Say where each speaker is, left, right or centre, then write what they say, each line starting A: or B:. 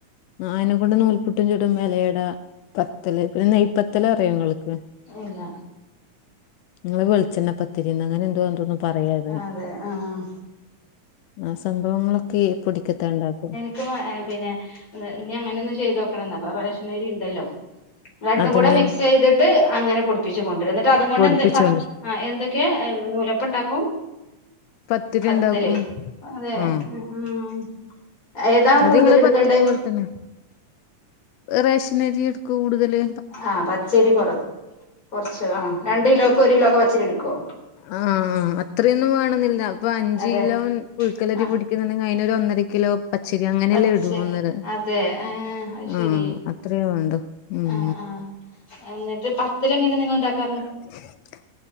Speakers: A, on the left; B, on the left.
A: ആഹ് അതിനെ കൊണ്ട് നൂൽപുട്ടും ചൂടും എലേട പത്തല്ല് പിന്നെ നെയ്യ് പത്തല് അറിയോ ഇങ്ങള്ക്ക്
B: ഇല്ല
A: നിങ്ങൾ വെളിച്ചെണ പത്തിരിന്ന് അങ്ങന എന്തോ തോന്നുന്നു പറയാത്
B: അതെ ആ
A: ആഹ് സംഭവങ്ങളൊക്കെ പൊടിക്കത്താണ്ടാക്കും
B: ഏഹ് പിന്നെ ഇഞ്ഞ് അങ്ങെനൊന്ന് ചെയ്താേക്കണം ന്നാപ്പം റേഷനരിണ്ടല്ലോ രണ്ടും
A: അതന്നെ
B: കൂടെ മിക്സ് ചെയ്തിട്ട്, അങ്ങനെ പൊടിപ്പിച്ച് കൊണ്ടര. എന്നിട്ട് അത് കൊണ്ട്
A: പൊടിപ്പിച്ചോണ്ട്
B: എന്ത്. പ ആഹ് എന്തൊക്കെ ഏഹ് നൂലപ്പംണ്ടാക്കും
A: പത്തിരി
B: പത്തല്
A: ഉണ്ടാക്കും
B: അതേ
A: ഉം
B: ഉം, ഏതാ കൂടുതല്
A: അത് നിങ്ങളെ
B: ടുക്കണ്ടേ?
A: പത്തിരി പോലെ തന്നെ റേഷനരി എട്ക്കു കൂട്തല്
B: ആഹ്, പച്ചരി കുറ കുറച്ച. ആഹ് രണ്ട് കിലോക്ക് ഒരു കിലോക്കെ പച്ചരി എടുക്കുവോ?
A: ആഹ് അത്രയൊന്നും വേണെന്നില്ല ഇപ്പൊ അഞ്ച്
B: അതെ
A: കിലോൻ പുഴുക്കലരി
B: ആ
A: പൊടി <unintelligible> ഒരു ഒന്നര കിലോ പച്ചരി അങ്ങനെയല്ലേ
B: പച്ചരി
A: ഇടൂ ഒന്നര
B: അതെ ആ അത് ശരി
A: ആഹ് അത്രയേ വേണ്ടു ഉം
B: ആ ആ എന്നിട്ട് പത്തല് എങ്ങനെ നിങ്ങൾ ഇണ്ടാക്കാറ്
A: <inaudible>